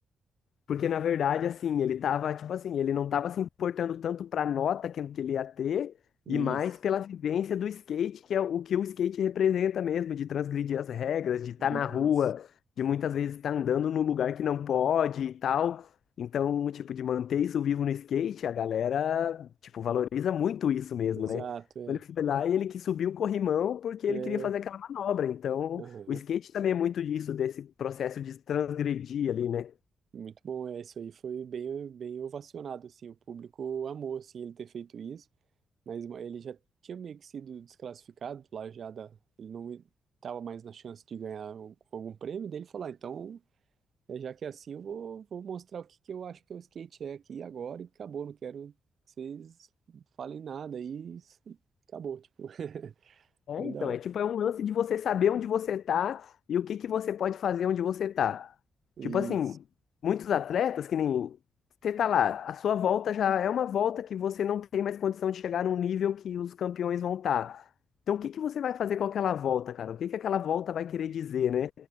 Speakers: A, on the left; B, on the right.
A: Porque, na verdade, assim, ele tava, tipo assim, ele não tava se importando tanto pra nota que, que ele ia ter,
B: Isso,
A: e mais pela vivência do skate, que é o que o skate representa mesmo, de transgredir as regras, de estar
B: isso.
A: na rua, de muitas vezes estar andando num lugar que não pode e tal. Então, tipo, de manter isso vivo no skate, a galera, tipo, valoriza muito isso mesmo,
B: Exato,
A: né?
B: é.
A: Então, Ele foi lá e ele que subiu o corrimão porque
B: É,
A: ele queria fazer aquela manobra. Então,
B: aham.
A: o skate também é muito disso, desse processo de transgredir ali, né?
B: Muito bom, é, isso aí foi bem, bem ovacionado, assim, o público amou, assim, ele ter feito isso, mas ele já tinha meio que sido desclassificado lá já da, ele não estava mais na chance de ganhar o- algum prêmio, dele falar, então, é, já que é assim, eu vou, vou mostrar o que que eu acho que é o skate é aqui agora e acabou, não quero que vocês falem nada e s- acabou, tipo, <laughs>
A: É,
B: muito
A: então,
B: da hora.
A: é tipo, é um lance de você saber onde você tá e o que que você pode fazer onde você tá.
B: E
A: Tipo assim, muitos atletas, que nem você tá lá, a sua volta já é uma volta que você não tem mais condição de chegar num nível que os campeões vão estar. Então, o que que você vai fazer com aquela volta, cara? O que que aquela volta vai querer dizer, né?